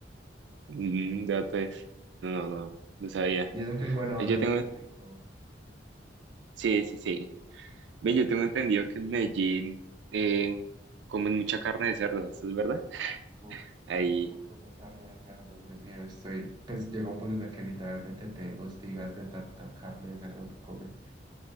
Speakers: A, on the right (about 75°); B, on the right (about 25°).
A: Mm, dato es. No, no, no, no sabía.
B: Y eso que el guanabonazo
A: Yo tengo,
B: es muy rico.
A: sí, sí, sí. Ven, yo tengo entendido que en Medellín eh, comen mucha carne de cerdo, ¿eso es verdad?
B: Uf,
A: Ahí,
B: comer un montón de carne de cerdo, Dios mío, estoy. Pues llega un punto en el que literalmente te hostigas de tanta carne de cerdo que comen.